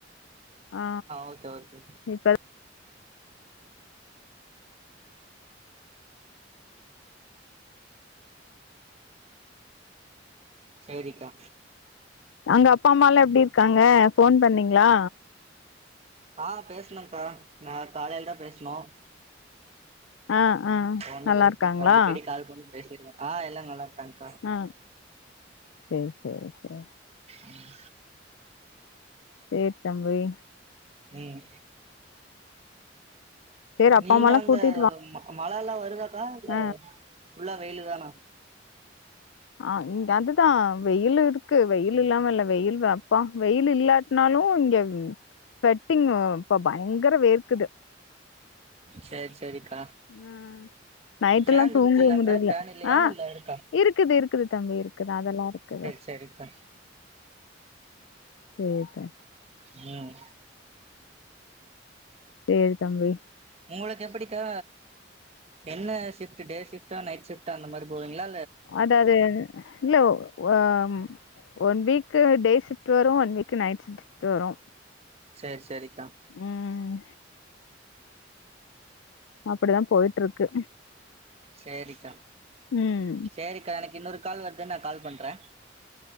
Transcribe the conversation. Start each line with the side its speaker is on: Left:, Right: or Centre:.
Left: ஆ
Right: ஓகே ஓகே
Left: இப்
Right: சேரிக்கா
Left: அங்க அப்பா அம்மா எல்லாம் எப்டி இருக்காங்க ஃபோன் பண்ணீங்ளா
Right: ஆ பேசுனேக்கா நா காலேல தா பேசுனோம்
Left: ஆ ஆ
Right: ஒண்ணு
Left: நல்லா
Right: பேச
Left: இருக்காங்களா
Right: அடிக்கடி கால் பண்ணி பேசிருவோம் ஆ எல்லா நல்லாருக்காங்கா
Left: ஆ சே சே சே
Right: ம்
Left: சேர் தம்பி
Right: ம்
Left: சேரி அப்பா
Right: நீங்க
Left: அம்மாலா
Right: அங்க
Left: கூட்டிட்டு வா
Right: மா மழ எல்லா வருதாக்கா இல்ல
Left: ஆ
Right: ஃபுல்லா வெயிலு தானா
Left: ஆ இங் அதுதான் வெயிலு இருக்கு வெயிலு இல்லாமல்ல வெயில்தா அப்பா வெயிலு இல்லாட்டனாலும் இங்க ஸ்வெட்டிங் ப பயங்கர வேர்க்குது
Right: சேர் சேரிக்கா
Left: ம் நைட்
Right: ஃபேன்
Left: எல்லா தூங்க
Right: இருக்குல்ல
Left: முடில
Right: அங்க ஃபேன் இல்லையா
Left: ஆ
Right: இல்ல இருக்கா
Left: இருக்குது இருக்குது தம்பி இருக்குது அதெல்லா இருக்குது
Right: செரிக்கா
Left: சேரிபா
Right: ம்
Left: சேரி தம்பி
Right: உங்களுக் எப்டிக்கா என்ன ஷிப்ட்டு டே ஷிப்டா நைட் ஷிப்ட் அந்த மாரி போவீங்ளா
Left: அதாது இல்ல வா ம் ஒன் வீக்கு டே ஷிப்ட்டு வரு ஒன் வீக் நைட் ஷிப்ட்டு வரு
Right: சேர் சேரிக்கா
Left: ம் அப்டிதா போய்ட்ருக்கு
Right: சேரிக்கா
Left: ம்
Right: சேரிக்கா எனக் இன்னோரு கால் வருது நா கால் பண்றே